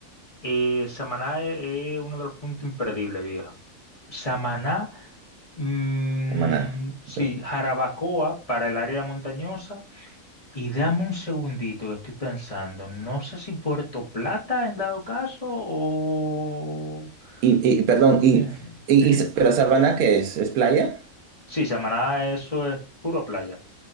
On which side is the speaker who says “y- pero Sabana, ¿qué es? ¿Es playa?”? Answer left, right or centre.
Right